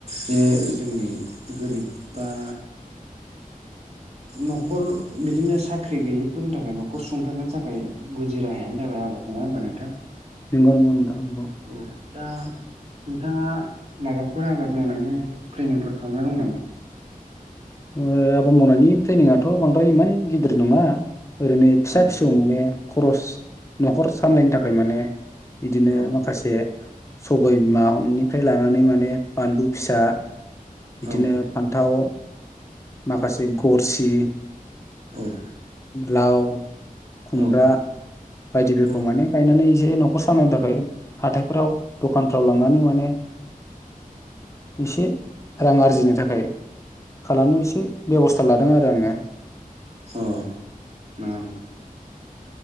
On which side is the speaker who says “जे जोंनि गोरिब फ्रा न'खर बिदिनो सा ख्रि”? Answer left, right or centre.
Right